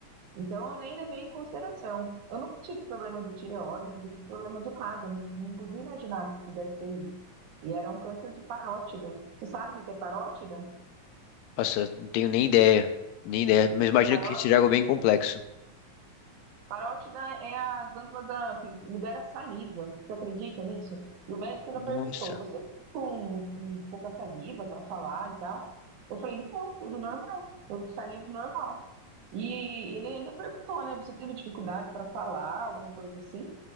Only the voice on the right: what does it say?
Então, eu nem levei em consideração. Eu não tive problema de tireoide, não tive problema de nada, não, não podia imaginar que pudesse ser isso. E era um câncer de parótida. Você sabe o que que é parótida?
Paró...
Parótida é a glândula da... que libera saliva. Você acredita nisso? E o médico ainda
perguntou: você tá com um, um pouca saliva para falar e tal? Eu falei: não, tudo normal, tudo saliva normal. E ele ainda perguntou, né? Você teve dificuldade para falar, alguma coisa assim?